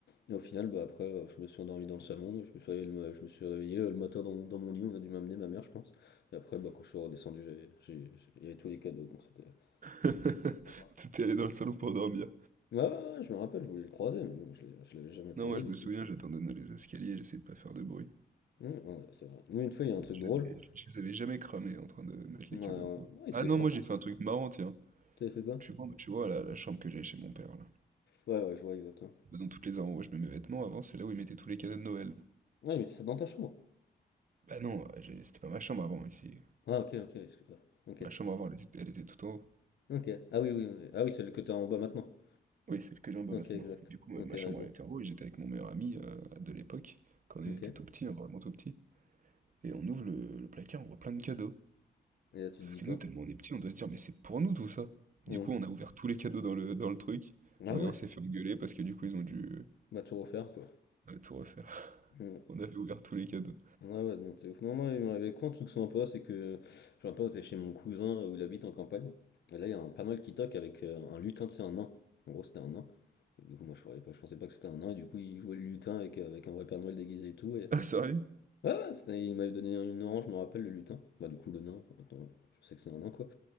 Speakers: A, on the left (about 75°); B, on the right (about 50°).
A: Et au final, bah après, euh, je me suis endormi dans le salon, je me suis réveillé, le, je me suis réveillé euh, le matin dans, dans mon lit, on a dû m'amener ma mère, je pense. Et après, bah quand je suis redescendu, j'avais, j'ai, j'ai- il y avait tous les cadeaux, donc c'était
B: <laughs>
A: c'était sympa.
B: T'étais allé dans le salon pour dormir.
A: Ouais, ouais, ouais, je me rappelle, je voulais le croiser, mais bon, je l'ai, je l'avais jamais croisé
B: Non, moi je
A: du
B: me
A: coup.
B: souviens, j'attendais dans les escaliers, j'essayais de pas faire de bruit.
A: Hum, ouais, c'est vrai. Nous, une fois, il y a un truc
B: Je
A: drôle.
B: l'avais- je les avais jamais cramés en train de mettre
A: Ouais,
B: les
A: ouais.
B: cadeaux,
A: Non,
B: quoi.
A: ils
B: Ah
A: étaient
B: non,
A: forts
B: moi
A: pour
B: j'ai fait
A: ça.
B: un truc marrant, tiens.
A: T'avais fait quoi?
B: Tu vois, tu vois la, la chambre que j'avais chez mon père, là.
A: Ouais, ouais, je vois exactement.
B: Bah, Dans toutes les endroits où je mets mes vêtements, avant, c'est là où ils mettaient tous les cadeaux de Noël.
A: Ouais, mais ça dans ta chambre.
B: Bah non, euh, j'ai- c'était pas ma chambre avant, ici.
A: Ah, ok, ok, excuse- ouais, ok,
B: Ma chambre avant, elle était, elle était tout en haut.
A: ok. Ah oui, oui, oui. Ah oui, celle que t'as en bas maintenant.
B: Oui, celle que j'ai en bas
A: Ok,
B: maintenant.
A: exact.
B: Et du coup,
A: Ok,
B: euh, ma
A: ouais,
B: chambre,
A: je vois.
B: elle était en haut et j'étais avec mon meilleur ami euh, de l'époque, quand on était
A: Ok. Et
B: tout petit, hein, vraiment tout petit. Et on ouvre le, le placard, on voit plein de cadeaux.
A: là, tu
B: Sauf
A: te dis
B: que
A: quoi?
B: nous, tellement on est petits, on doit se dire, mais c'est pour nous tout ça.
A: Hmm.
B: Du coup, on a ouvert tous les cadeaux dans le, dans le truc.
A: Ah
B: Bon,
A: ouais,
B: et on s'est fait engueuler parce que du coup, ils ont dû
A: bah tout refaire, quoi.
B: euh, tout refaire.
A: Hmm.
B: <laughs> On avait ouvert tous les cadeaux.
A: Ouais, ouais, non, c'est ouf. Non, moi, il m'arrivait quoi un truc sympa, c'est que j'ai un pote, c'est chez mon cousin euh, où il habite en campagne. Et là, il y a un Père Noël qui toque avec euh, un lutin, tu sais, un nain. En gros, c'était un nain. Et Du coup, moi, je savais pas, je pensais pas que c'était un nain, et du coup, il jouait le lutin avec, euh, avec un vrai Père Noël déguisé et tout. Et,
B: Ah, sérieux?
A: Ah, ouais, c'était il m'avait donné une orange, je me rappelle, le lutin. Bah, du coup, le nain, enfin maintenant, je sais que c'est un nain, quoi.